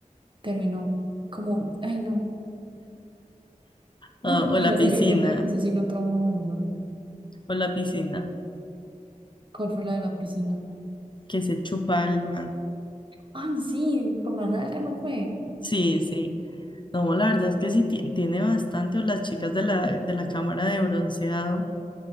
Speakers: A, on the right; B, on the left.
A: terminó como, ay no.
B: Ah,
A: No,
B: o
A: mira,
B: la
A: sí,
B: piscina,
A: yo, yo creo que eso sí lo trauma a uno.
B: o la piscina,
A: ¿Cuál fue la de la piscina?
B: que se chupa el man.
A: Ay, sí, por la nalga no fue.
B: Sí, sí. No, la verdad es que sí ti- tiene bastante, o las chicas de la, de la cámara de bronceado.